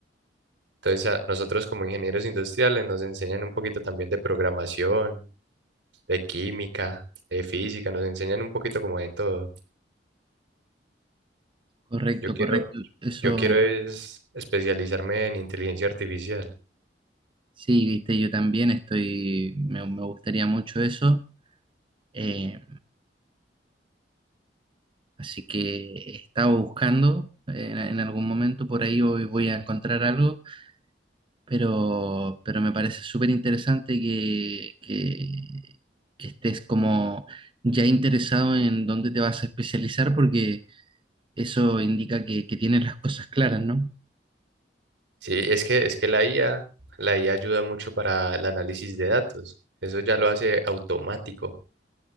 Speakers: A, on the right; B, on the right.
A: Entonces, a nosotros como ingenieros industriales nos enseñan un poquito también de programación, de química, de física, nos enseñan un poquito como de todo.
B: Correcto,
A: Yo quiero,
B: correcto. Eso,
A: yo quiero es especializarme en inteligencia artificial.
B: sí, viste, yo también estoy, me, me gustaría mucho eso. Eh, así que estaba buscando, eh, en algún momento por ahí hoy voy a encontrar algo pero, pero me parece súper interesante que, que, que estés como ya interesado en dónde te vas a especializar porque eso indica que, que tienes las cosas claras, ¿no?
A: Sí, es que, es que la IA, la IA ayuda mucho para el análisis de datos. Eso ya lo hace automático.